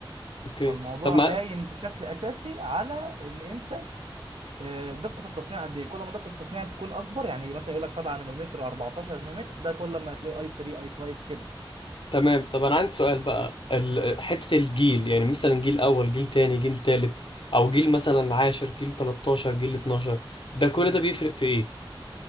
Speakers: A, on the left; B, on the right.
A: اوكي
B: فالموضوع
A: طب ما
B: قايم بشكل اساسي على ان انت آه، دقة التصنيع قد ايه كل ما دقة التصنيع تكون اكبر يعني مثلا يقول لك 7 نانومتر 14 نانومتر ده كل ما هتلاقي اي 3 اي 5 كده
A: تمام طب انا عندي سؤال بقى ال... حتة الجيل يعني مثلا جيل اول جيل تاني جيل تالت او جيل مثلا عاشر جيل 13 جيل 12 ده كل
B: مم.
A: ده بيفرق في ايه